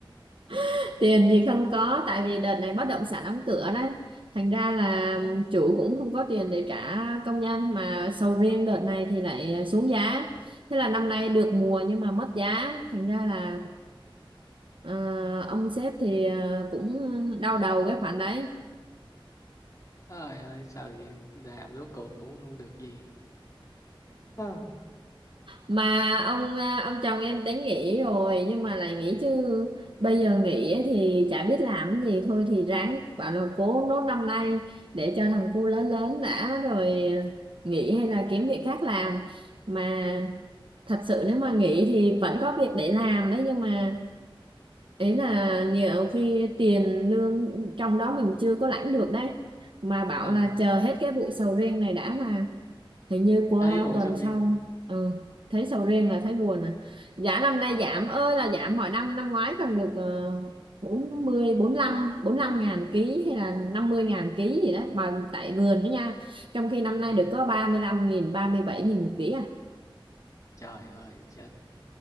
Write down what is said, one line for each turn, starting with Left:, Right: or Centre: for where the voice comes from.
Right: <laughs> tiền thì không có tại vì đợt này bất động sản đóng cửa đấy thành ra là
Left: Ừ.
Right: chủ cũng không có tiền để trả công nhân mà sầu riêng đợt này thì lại xuống giá thế là năm nay được mùa nhưng mà mất giá thành ra là ờ, ông sếp thì ờ, cũng đau đầu cái khoản đấy
Left: Trời ơi sao vậy? Làm rốt cuộc cũng không được gì. Ừ.
Right: mà ông à, ông chồng em tính nghỉ rồi nhưng mà lại nghỉ chứ bây giờ nghỉ ấy thì chả biết làm cái gì thôi thì ráng bảo là cố nốt năm nay để cho thằng cu lớn lớn đã rồi à, nghỉ hay là kiếm việc khác làm mà thật sự nếu mà nghỉ thì vẫn có việc để làm đấy nhưng mà ấy là nhiều khi tiền lương trong đó mình chưa có lãnh được đấy mà bảo
Left: Ừ,
Right: là chờ hết cái vụ sầu riêng này đã mà hình như qua
Left: Thấy vụ
Right: tuần
Left: sầu riêng.
Right: sau ừ. thấy sầu riêng là thấy buồn à giá năm nay giảm ơi là giảm mọi năm năm ngoái còn được ờ, 40 45 lăm bốn lăm ngàn ký hay là 50 ngàn ký gì đấy mà tại vườn đó nha trong khi năm nay
Left: Ừ.
Right: được có 35 nghìn 37 nghìn một ký à
Left: Trời ơi chết